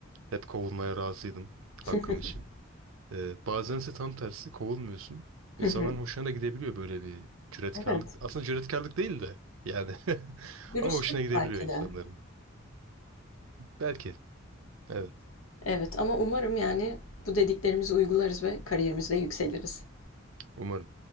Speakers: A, on the right; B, on the left.
A: hep kovulmaya razıydım
B: <laughs>
A: hakkım için. E, bazense tam tersi kovulmuyorsun.
B: Hı
A: İnsanların
B: hı.
A: hoşuna da gidebiliyor böyle bir cüretkarlık.
B: Evet.
A: Aslında cüretkarlık değil de yani <laughs>
B: Dürüstlük
A: ama hoşuna gidebiliyor
B: belki
A: insanların.
B: de.
A: Belki. Evet,
B: Evet ama umarım yani bu dediklerimizi uygularız ve kariyerimizde yükseliriz.
A: umarım.